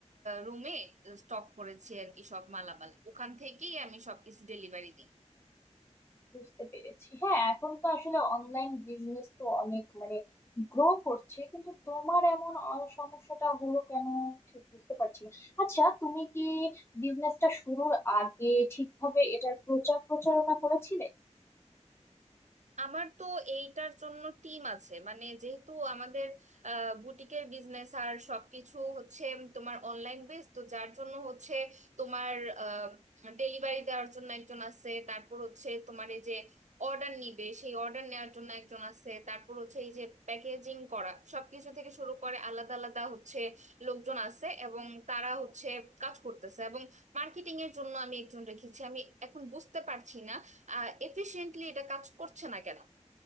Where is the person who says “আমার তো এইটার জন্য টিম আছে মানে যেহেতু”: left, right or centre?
Right